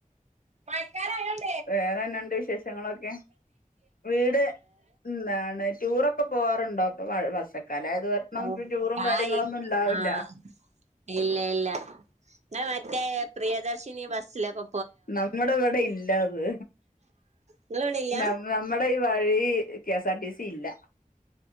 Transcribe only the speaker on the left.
വേറെന്നണ്ട് വിശേഷങ്ങളൊക്കെ വീട് എന്താണ് ടൂറൊെ. ക്കെ പോവാറുണ്ടോ അപ്പൊ വർക്കാലം അായത് കരണം
ടൂറും
കാര്യങ്ങളൊന്നും ഇണ്ടാവില്ല.
നമ്മുടെ ഇവിടെ ഇല്ലാത്.
ന നമ്മുടെ ഈ വഴി കെഎസ് ആർ ടി സി ഇല്ല.